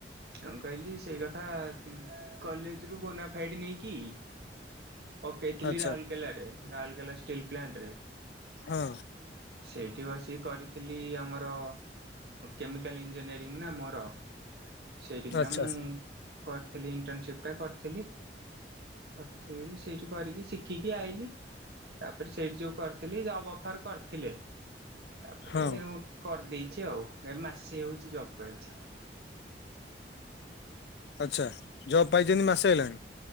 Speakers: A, on the right (about 65°); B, on the left (about 70°).
A: କନ କହିଲି ସେଇ କଥା କଲେଜରୁ ବୋନା ଫାଇଟ୍ ନେଇକି ପକେଇ ଥିଲି
B: ଆଚ୍ଛା
A: ରାଉରକେଲା ରେ ରାଉରକେଲା ଷ୍ଟିଲ୍ ପ୍ଲାଣ୍ଟରେ।
B: ହଁ
A: ସେଇଠି ବସିକି କରିଥିଲି ଆମର କେମିକାଲ୍ ଇଞ୍ଜିନିୟରିଂ ନା ମୋର ସେଇଠିକିନା
B: ଆଚ୍ଛା
A: ମୁଁ କରିଥିଲି ଇଣ୍ଟର୍ନସିପ୍ଟା କରିଥିଲି। କରିଥିଲି ସେଇଠି କରିକି ଶିଖିକି ଆଇଲିି। ତାପରେ ସେଇଠି ଯେଉଁ କରିଥିଲି ଜବ୍ ଅଫର୍ କରିଥିଲେ। ତାପରେ
B: ହଁ
A: କରିଦେଇଛି ଆଉ ଏ ମାସେ ହେଉଛି ଜବ୍ ପାଇଚି।
B: ଆଛା ଜବ ପାଇଛନ୍ତି ମାସେ ହେଲାଣି।